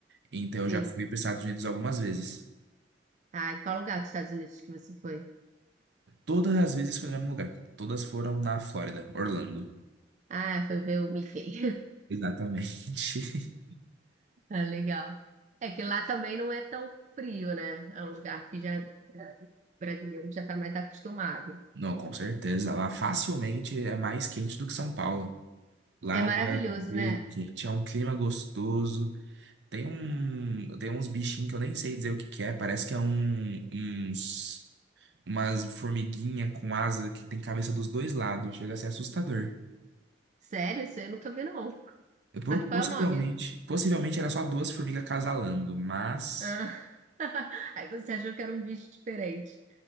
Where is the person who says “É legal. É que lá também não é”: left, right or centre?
Right